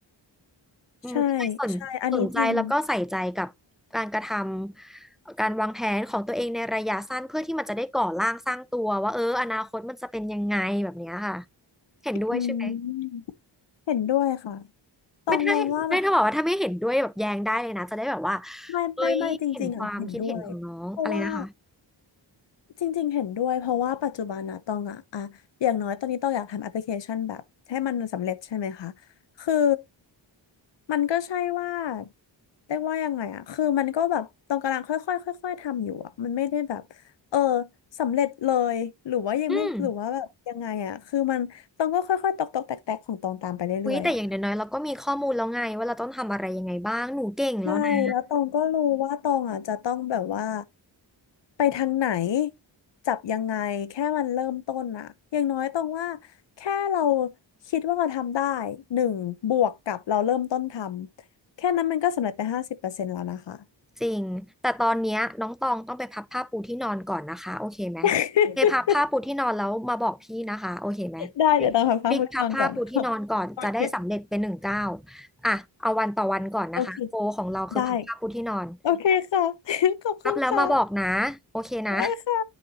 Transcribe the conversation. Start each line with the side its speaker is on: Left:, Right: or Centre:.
Centre: อืมก็เลยสนสนใจแล้วก็ใส่ใจกับการกระท
Left: ใช่ใช่อันนี้จริง
Centre: ำการวางแผนของตัวเองในระยะสั้นเพื่อที่มันจะได้ก่อร่างสร้างตัวว่าเอออนาคตมันจะเป็นยังไงแบบเนี้ยค่ะเห็นด้วยใช่ไหม
Left: อืมเห็นด้วยค่ะตองมองว่าแบบ
Centre: ไม่ถ้าไม่ถ้าบอกว่าถ้าไม่เห็นด้วยแบบแย้งได้เลยนะจะได้แบบว่า
Left: ไม่ไม่ไม่จริงๆอ่ะเห็นด้วยเพราะว่า
Centre: เอ้ยเห็นความคิดเห็นของน้องอะไรนะคะ
Left: จริงๆเห็นด้วยเพราะว่าปัจจุบันนะตองอะอะอย่างน้อยตอนนี้ตองอยากทำแอปพลิเคชันแบบให้มันสำเร็จใช่ไหมคะคือมันก็ใช่ว่าเรียกว่ายังไงอะคือมันก็แบบตองกำลังค่อยๆค่อยๆทำอยู่อะมันไม่ได้แบบเออสำเร็จเลยหรือว่ายังไม่หรือว่าแบบยังไงอะคือมันตองก็ค่อยๆตอกๆแตกๆของตองตามไปเรื่อยๆอะ
Centre: อืมอุ๊ยแต่อย่างน้อยๆเราก็มีข้อมูลแล้วไงว่าเราต้องทำอะไรยังไงบ้างหนูเก่งแล้วนะ
Left: ใช่แล้วตองก็รู้ว่าตองอ่ะจะต้องแบบว่าไปทางไหนจับยังไงแค่มันเริ่มต้นอ่ะอย่างน้อยตองว่าแค่เราคิดว่าเราทำได้หนึ่งบวกกับเราเริ่มต้นทำแค่นั้นมันก็สำเร็จไปห้าสิบเปอร์เซ็นต์แล้วนะคะ
Centre: จริงแต่ตอนเนี้ยน้องตองต้องไปพับผ้าปูที่นอนก่อนนะคะโอเคไหม
Left: <laughs>
Centre: ไปพับผ้าปูที่นอนแล้วมาบอกพี่นะคะโอเคไหมพลิกพลิกพับผ้าปูที่นอนก่อนจะได้สำเร็จเป็นหนึ่งเก้าว
Left: ได้เดี๋ยวตองพักผ่อนนอนก่อน <laughs> โอเค
Centre: อ่ะเอาวันต่อวันก่อนนะคะโกของเราคือพับผ้าปูที่นอน
Left: โอเคได้โอเคค่ะ <laughs> ขอบคุณค่ะ
Centre: พับแล้วมาบอกนะโอเคนะ
Left: ได้ค่ะ